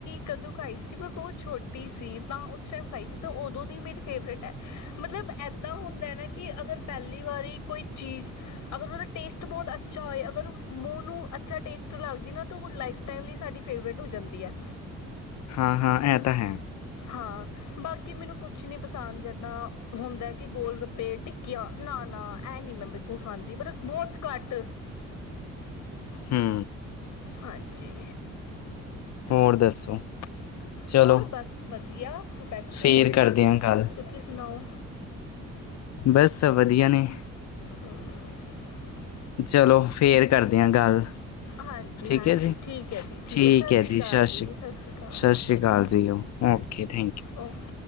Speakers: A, on the left; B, on the left.
A: ਕਦੋਂ ਖਾਈ ਸੀ, ਮੈਂ ਬੋਤ ਛੋਟੀ ਸੀ ਤਾਂ? ਜਿਸ ਟਾਈਮ ਖਾਈ ਉਦੋਂ ਦੀ, ਮੇਰੀ ਫੇਵਰੇਟ ਮਤਲਬ ਇੱਦਾਂ ਹੁੰਦਾ ਕਿ, ਅਗਰ ਪਹਿਲੀ ਵਾਰੀ ਕੋਈ, ਚੀਜ਼ ਅਗਰ ਉਦਾ ਟੇਸਟ ਬੋਤ ਅੱਛਾ ਹੋਏ, ਅਗਰ ਮੂੰਹ ਨੂੰ ਅੱਛਾ ਟੇਸਟ ਲੱਗ ਜੇ ਨਾ, ਉ ਲਾਈਫ ਟਾਈਮ ਲਈ ਸਾਡੀ ਫੇਵਰੇਟ, ਹੋ ਜਾਂਦੀ ਹੈ।
B: ਹਾਂ -ਹਾਂ ਐ ਤਾਂ ਹੈ।
A: ਹਾਂ ਬਾਕੀ ਮੈਨੂੰ, ਕੁਛ ਨਈ ਪਸੰਦ, ਜਿੱਦਾਂ ਹੁੰਦਾ ਕਿ, ਗੋਲ -ਗੱਪੇ ਟਿੱਕੀਆਂ, ਨਾ ਨਾ ਐ ਨੀ ਮੈਂ, ਬਿਲਕੁਲ ਖਾਂਦੀ, ਮਤਲਬ ਬਹੁਤ ਘੱਟ
B: ਹੂੰ
A: ਹਾਂਜੀ
B: ਹੋਰ ਦੱਸੋ? ਚਲੋ,
A: ਹੋਰ ਬਸ ਵਧੀਆ, ਬੈਠੇ
B: ਫੇਰ
A: ਸੀ
B: ਕਰਦੇ ਆਂ ਗੱਲ,
A: ਤੁਸੀਂ ਸੁਣਾਓ?
B: ਬਸ ਵਧੀਆ ਨੇ
A: ਹੂੰ <inaudible>
B: ਚਲੋ, ਫੇਰ ਕਰਦੇ ਆ ਗੱਲ
A: ਹਾਂਜੀ
B: ਠੀਕ
A: ਹਾਂਜੀ
B: ਹੈ ਜੀ-
A: ਠੀਕ ਹੈ ਜੀ
B: ਠੀਕ
A: ਸਤਿ
B: ਹੈ
A: ਸ਼੍ਰੀ
B: ਜੀ,
A: ਅਕਾਲ
B: ਸਤਿ
A: ਸ਼੍ਰੀ ਅਕਾਲ
B: ਸ੍ਰੀ ਅਕਾਲ ਜੀ ਉਹ ਓਕੇ, ਥੈਂਕ ਯੂ,
A: ਉਹਓ